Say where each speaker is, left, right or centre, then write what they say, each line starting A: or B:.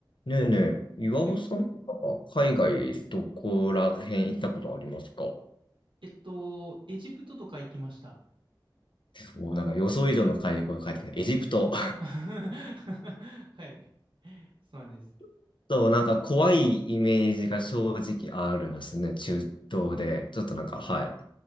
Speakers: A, on the left; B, on the right.
A: ねえねえ、岩尾さんとか海外どこら辺行ったことありますか
B: はい。えっと、エジプトとか行きました。
A: もうなんか予想以上の海外が帰ってきた。エジプト。
B: <laughs> はい。そうなんです。
A: <laughs> そう、なんか怖いイメージが正直ありますね、中東で。ちょっとなんか、はい。